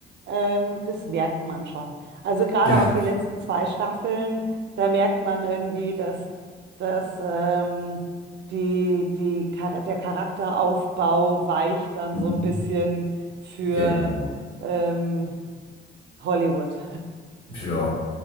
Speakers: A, on the right; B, on the left.
A: ähm, das merkt man schon. Also gerade
B: ja,
A: auch die letzten zwei Staffeln, da merkt man irgendwie, dass, dass ähm, die, die, Char- der Charakteraufbau weicht dann
B: Mhm.
A: so ein bisschen für.
B: genau.
A: ähm, Hollywood.
B: Ja,